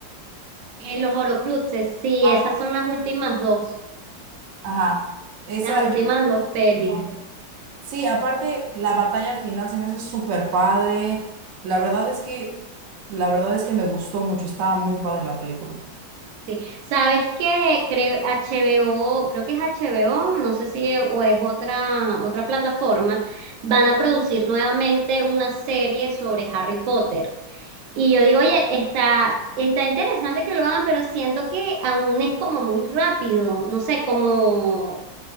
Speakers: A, on the right; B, on the right.
A: Eh, los Horocruxes, sí,
B: Ajá.
A: esas son las últimas dos,
B: Ajá. Esa,
A: las últimas
B: yo.
A: dos pelis.
B: Ajá. Sí, aparte, la batalla final se me hace súper padre. La verdad es que, la verdad es que me gustó mucho. Estaba muy padre la película.
A: Sí, sabes que creo HBO, creo que es HBO, no sé si o es otra otra plataforma, van a producir nuevamente una serie sobre Harry Potter. Y yo digo, oye, está está interesante que lo hagan, pero siento que aún es como muy rápido, no sé, como